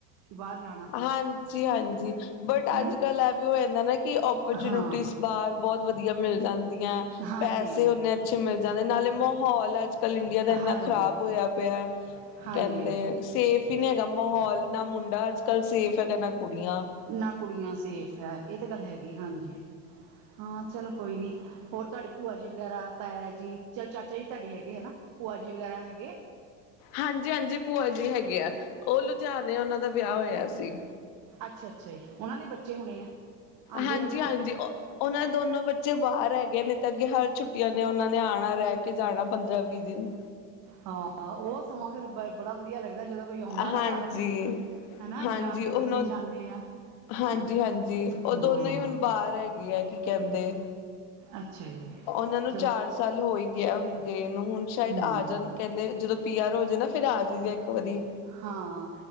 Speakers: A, on the right; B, on the left.
A: ਕਿ ਬਾਹਰ ਜਾਣਾ
B: ਹਾਂਜੀ-ਹਾਂਜੀ ਬਟ
A: ਹੈਨਾ
B: ਅੱਜ ਕਲ ਇਹ ਵੀ ਹੋ ਜਾਂਦਾ ਨਾ ਕਿ ਓਪਰਚੁਨਿਟੀ
A: ਹਾਂ
B: ਬਾ ਬੋਤ ਵਧੀਆ ਮਿਲ ਜਾਂਦੀਆਂ
A: ਹਾਂਜੀ
B: ਪੈਸੇ ਓਨੇ ਅੱਛੇ ਮਿਲ ਜਾਂਦੇ ਨਾਲੇ ਮਾਹੌਲ ਅੱਜ ਕੱਲ ਇੰਡੀਆ ਦਾ ਇੰਨਾ
A: ਹਾਂਜੀ
B: ਖ਼ਰਾਬ ਹੋਇਆ ਪਿਆ
A: ਹਾਂਜੀ
B: ਕੇਂਦੇ ਸੇਫ ਕਿ ਨਹੀਂ ਹੈਗਾ ਮਾਹੌਲ ਨਾ ਮੁੰਡਾ <unintelligible> ਫੇਰ ਕੇਨਾ ਕੁੜੀਆਂ
A: ਨਾ ਕੁੜੀਆਂ ਸੇਫ ਐ ਇਹ ਤੇ ਗੱਲ ਹੈਗੀ। ਹਾਂਜੀ, ਹਾਂ ਚਲੋ ਕੋਈ ਨੀ। ਹੋਰ ਤੁਹਾਡੇ ਭੂਆ ਜੀ ਵਗੈਰਾ, ਤਾਇਆ ਜੀ, ਚ ਚਾਚਾ ਜੀ ਤੁਹਾਡੇ ਹੈਗੇ ਹੇਨਾ। ਭਾਜੀ ਵਗੈਰਾ ਹੈਗੇਏ?
B: ਹਾਂਜੀ-ਹਾਂਜੀ ਭੂਆ ਜੀ ਹੈਗੇ ਆ ਉਹ ਲੁਧਿਆਣੇ ਉਹਨਾਂ ਦਾ ਵਿਆਹ ਹੋਇਆ ਸੀ।
A: ਅੱਛਾ-ਅੱਛਾ ਜੀ ਉਹਨਾਂ ਦੇ ਬੱਚੇ ਹੋਣੇ ਆ? ਆਂਦੇ
B: ਹਾਂਜੀ-ਹਾਂਜੀ
A: ਹੋਣੇ
B: ਉਹ ਉਹਨਾਂ ਦੋਨੋ ਬੱਚੇ ਬਾਹਰ ਹੈਗੇਏ ਨੇ ਤੇ ਅੱਗੇ ਹਰ ਛੁੱਟੀਆਂ ਨੇ ਉਹਨਾਂ ਨੇ ਆਂਣਾ ਰਹਿ ਕੇ ਜਾਣਾ ਪੰਦਰਾਂ ਵੀਹ <unintelligible>
A: ਹਾਂ ਉਹ ਸਮਾਂ ਫੇਰ ਬ ਬੜਾ ਵਧੀਆ ਲੱਗਦ ਦਾ ਜਦੋਂ ਕੋਈ ਆਉਂਦਾ
B: ਹਾਂਜੀ,
A: ਨਾ ਘਰ ਆਪਣੀ ਹੇਨਾ
B: ਹਾਂਜੀ
A: ਜ਼ਾਂ ਜਦੋਂ
B: ਉਹਨੂੰ
A: ਅਸੀਂ ਜਾਂਨੇ ਆ।
B: ਹਾਂਜੀ-ਹਾਂਜੀ
A: ਹਨਾ
B: ਉਹ
A: ਹਾਂ
B: ਦੋਨੋ ਹੀ ਹੁਨ ਬਾਹਰ ਹੈਗੇ ਆ ਕੀ ਕਹਿੰਦੇ
A: ਅੱਛਾ ਜੀ
B: ਉਹਨਾਂ ਨੂੰ
A: ਚਲੋ
B: ਚਾਰ ਸਾਲ ਹੋ ਈ ਗਿਆ ਹੁੰਨ ਗਏ ਨੂੰ ਹੁਣ ਸ਼ਾਇਦ
A: ਹੂੰ
B: ਆ ਜਾਨ ਕਹਿੰਦੇ ਜਦੋਂ ਪੀ ਆਰ ਹੋ ਜਏ ਨਾ ਫੇਰ ਆ ਜਾਇਦਾਏ ਇੱਕ ਵਾਰੀ
A: ਹਾਂ